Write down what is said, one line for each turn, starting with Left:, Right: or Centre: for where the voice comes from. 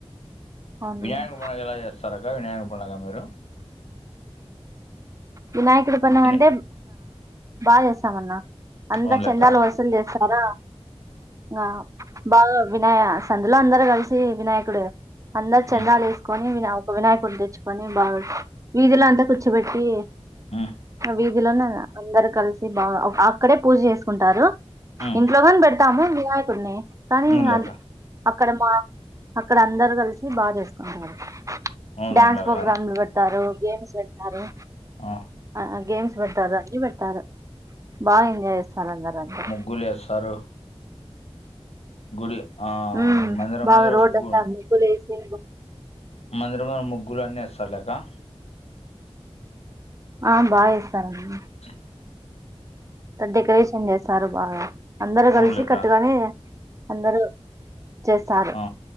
Right: అవునులేండి
Left: వినాయక పండుగ ఎలా చేస్తారు అక్క వినాయక పండుగ మీరు
Right: వినాయకుడు పండగంటే
Left: వినా-
Right: బా చేస్తాం అన్న అంతా
Left: అవునులేక్క
Right: చందాలు వసూలు చేస్తారా ఆ బాగా వినాయ సందులో అందరు కలిసి వినాయకుడు అందరు చందాలు
Left: ఉమ్
Right: వేసుకొని వినా వినాయకుడిని తెచ్చుకొని బాగు వీధిలంతా కూర్చోబెట్టి
Left: ఉమ్
Right: వీధిలోనే అందరు కలిసి బాగా అక్కడే పూజ చేసుకుంటారు
Left: ఉమ్
Right: ఇంట్లో కని పెడతాము వినాయకుడిని కానీ
Left: అవునులేక్క
Right: ఇంకా అక్కడ మా అక్కడ అందరు కలిసి బాగా చేసుకుంటారు
Left: అవునులేక్క
Right: డ్యాన్స్ ప్రోగ్రామ్లు పెడతారు గేమ్స్ పెడతారు
Left: ఆ
Right: ఆ గేమ్స్ పెడతారు ఆన్నీ పెడతారు బాగా ఎంజాయ్ చేస్తారు అందరు అక్కడ
Left: గులే సారు గుడి ఆ
Right: హ్మ్
Left: మందిరం
Right: బాగా
Left: ముందర
Right: రోడ్
Left: ముగ్గు
Right: అంతాకు ముగ్గులు వెసి
Left: మందిరముంద ముగ్గులన్నీ వేస్తారు కదా
Right: ఆ బాగా చేస్తారండి
Left: చె
Right: డెకరేషన్ చేస్తారు బాగా అందరు కలిసి
Left: అవునులేక్క
Right: కట్టుగానే అందరూ చేస్తారు
Left: ఆ